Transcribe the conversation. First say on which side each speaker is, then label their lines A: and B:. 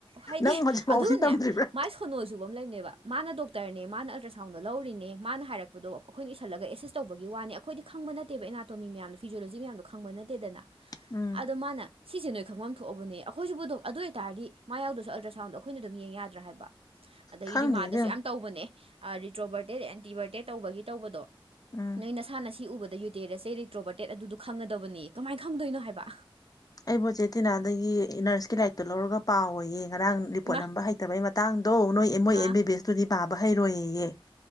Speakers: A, on the right; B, on the left.
A: ꯍꯥꯏꯗꯤ
B: ꯅꯪ ꯍꯧꯖꯤꯛꯐꯥꯎꯁꯤ
A: ꯑꯗꯨꯅꯦ
B: ꯇꯝꯗ꯭ꯔꯤꯕ꯭ꯔꯥ꯫
A: ꯃꯥꯏ ꯁꯣꯅꯣ ꯁꯨꯕ ꯑꯃ ꯂꯩꯅꯦꯕ ꯃꯥꯅ ꯗꯣꯛꯇꯔꯅꯦ ꯃꯥꯅ ꯑꯜꯇ꯭ꯔꯁꯥꯎꯟꯗꯣ ꯂꯧꯔꯤꯅꯦ ꯃꯥꯅ ꯍꯥꯏꯔꯛꯄꯗꯣ꯫ ꯑꯩꯈꯣꯏꯅ ꯏꯁꯜꯂꯒ ꯑꯦꯁꯤꯁ ꯇꯧꯕꯒꯤ ꯋꯥꯅꯤ ꯑꯩꯈꯣꯏꯗꯤ ꯈꯪꯕ ꯅꯠꯇꯦꯕ ꯑꯦꯅꯥꯇꯣꯃꯤ ꯃꯌꯥꯝꯗꯣ ꯐꯤꯖꯣꯂꯣꯖꯤ ꯃꯌꯥꯝꯗꯣ ꯈꯪꯕ ꯅꯠꯇꯦꯗꯅ꯫
B: ꯎꯝ <unintelligible>
A: ꯑꯗꯣ ꯃꯥꯅ ꯁꯤꯁꯦ ꯅꯣꯏ ꯈꯪꯐꯝ ꯊꯣꯛꯑꯕꯅꯦ ꯑꯩꯈꯣꯏꯁꯤꯕꯨ ꯑꯗꯨ ꯑꯣꯏꯇꯥꯔꯗꯤ꯫ ꯃꯥ ꯌꯥꯎꯗꯁꯨ ꯑꯜꯇ꯭ꯔ ꯁꯥꯎꯟꯗꯣ ꯑꯩꯈꯣꯏꯅ ꯑꯗꯨꯝ ꯌꯦꯡ ꯌꯥꯗ꯭ꯔꯥ ꯍꯥꯏꯕ ꯑꯗꯒꯤ
B: ꯈꯪꯗꯦ
A: ꯔꯤꯃꯥꯗꯁꯨ
B: ꯏꯕꯦꯝꯃ
A: ꯌꯥꯝ꯫ ꯇꯧꯕꯅꯦ ꯔꯤꯇ꯭ꯔꯣꯕꯔꯇꯦꯠ ꯑꯦꯟꯇꯤꯚꯔꯇꯦꯠ ꯇꯧꯕꯒꯤ ꯇꯧꯕꯗꯣ꯫
B: ꯎꯝ꯫
A: ꯅꯣꯏ ꯅꯁꯥꯅ ꯁꯤ ꯎꯕꯗ ꯌꯨꯇꯦꯔ ꯆꯦꯔꯤ ꯇ꯭ꯔꯣꯕꯔꯇꯦꯠ ꯑꯗꯨꯗꯨ ꯈꯪꯒꯗꯕꯅꯤ ꯀꯃꯥꯏꯅ ꯈꯪꯗꯣꯏꯅꯣ ꯍꯥꯏꯕ꯫
B: ꯑꯩꯕꯨꯆꯦ ꯇꯤꯅꯥꯗꯒꯤ ꯅꯔꯁꯀꯤ ꯂꯥꯏꯔꯤꯛꯇꯣ ꯂꯧꯔꯒ ꯄꯥꯎ ꯑꯣꯏꯌꯦ ꯉꯔꯥꯡ ꯔꯤꯄꯣꯔꯠ
A: ꯏꯃꯥ
B: ꯅꯝꯕ꯫ ꯍꯩꯇꯕꯩ ꯃꯇꯥꯡꯗꯣ ꯅꯣꯏ ꯃꯣꯏ ꯑꯦꯝ
A: ꯑꯥ
B: ꯕꯤ ꯕꯤ ꯑꯦꯁꯇꯨꯗꯤ ꯄꯥꯕ ꯍꯩꯔꯣꯏꯌꯦ꯫